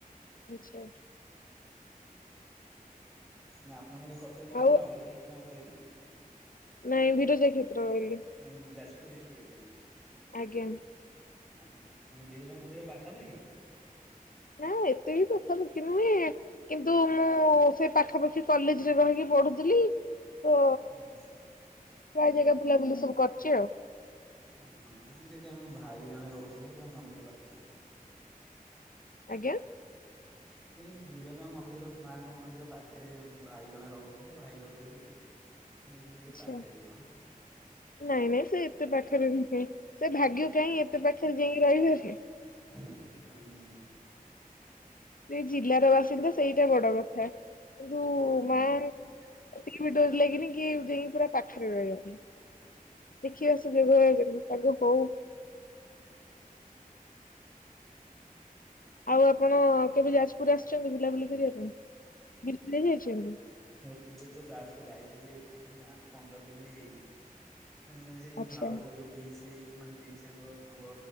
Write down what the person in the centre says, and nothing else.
ନା ଆପଣଙ୍କର ଏଇ କଟକ ଡିଷ୍ଟି
ନା ଅଲଗା କଣ କହିଲେ?
ମାନେ ଯାଜପୁର ଡିଷ୍ଟ୍ ଆପଣଙ୍କର?
ଓହୋ ମାନେ ବିରଜ ମନ୍ଦିର ପାଖାପାଖି।
ଓ ହ।
ଓ ହଁ ସେଠି ଆମ ଭାଇ ଜଣେ ରହୁଛନ୍ତି ପୁରା ମନ୍ଦିର ପାଖରେ।
<inaudible> ମାନେ ବିରଞ୍ଜା ମନ୍ଦିର ମାଙ୍କ ମନ୍ଦିର ପାଖରେ ଆମ ଭାଇ ଜଣେ ରହୁଛନ୍ତି ତ ଭାଇ ଭାଉଜ ହେରିକା। ମୁଁ କହିଲି ସେ
ପାଖରେ
କି କଣ
ହୁଁ ହୁଁ ହୁଁ।
ହୁଁ।
ଏବେ ତ ଯାସ ଯାଇଥିଲି କେତେ ମା ପନ୍ଦର ଦିନ ବି ହେଇନି। ଆମ ଜଣେ ସେଇ
ଭାଉଜ ଯୋଉ। ପିଇସି ମାନେ ପିଇସାଙ୍ଗ ପୁଅ